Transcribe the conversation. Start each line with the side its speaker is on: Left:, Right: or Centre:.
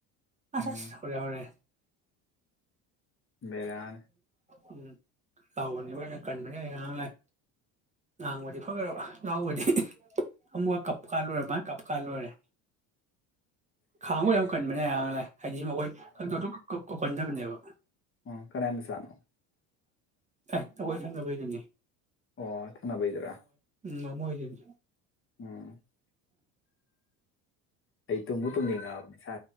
Right: ꯑꯁ
Left: ꯎꯝ
Right: -ꯑꯁ ꯍꯧꯔꯦ- ꯍꯧꯔꯦ
Left: ꯕꯦꯔꯥꯅꯦ
Right: ꯎꯝ ꯂꯥꯎꯕꯅꯤ ꯂꯣꯏꯅ ꯀꯟꯕꯅꯤ ꯑꯩ ꯉꯥꯡ ꯂꯥꯏ ꯉꯥꯡꯕꯗꯤ ꯐꯈ꯭ꯔꯕ ꯂꯥꯎꯕꯗꯤ ꯑꯃꯨꯛꯀ ꯀꯞꯀꯥꯟ ꯂꯣꯏꯨꯔꯦ- ꯃꯥꯥꯏ ꯀꯞꯀꯥꯟ ꯂꯣꯏꯔꯦ ꯈꯥꯡꯕ ꯌꯥꯝ ꯀꯟꯕꯅꯤ ꯑꯌꯥꯡ ꯍꯩꯖꯤ ꯃꯈꯣꯏ ꯑꯗꯇ꯭ꯔꯇꯨꯛ ꯀꯨꯛ ꯀꯣꯀꯟꯗꯝꯅꯦꯕ
Left: ꯎꯝ ꯀꯅꯥꯏ ꯃꯆꯥꯅꯣ
Right: ꯑꯦ ꯑꯈꫭꯏ ꯊꯪꯅꯕꯩꯗꯨꯅꯤ
Left: ꯑꯣ ꯊꯡꯅꯕꯩꯗꯨꯔꯥ
Right: ꯎꯝ ꯃꯣꯏꯃꯣꯏ ꯗꯨꯅꯤ
Left: ꯎꯝ ꯑꯩ ꯇꯨꯝꯕꯨ ꯇꯨꯝꯅꯤꯡꯉꯛꯑꯕꯅꯦ ꯑ